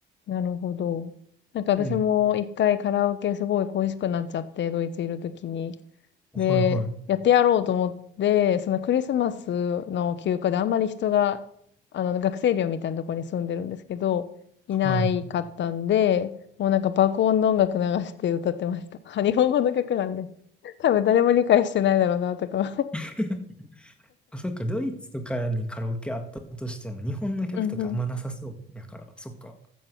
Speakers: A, on the left (about 65°); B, in the centre.
A: なるほど。なんか私も一回カラオケすごい恋しくなっちゃって、
B: うん。
A: ドイツいるときに。
B: はいはい。
A: で、やってやろうと思って、そのクリスマスの休暇であんまり人が、あの、学生寮みたいなところに住んでるんですけど、
B: はい。
A: いないかったんで、もうなんか爆音の音楽流して歌ってました。<laughs> 日本語の曲なんで。多分誰も理解してないだろうな、とか。
B: <laughs> あ、そっか、ドイツとかにカラオケあったとしても、日本の曲とかあんまなさそうやから、
A: <laughs> うんうん。
B: そっか。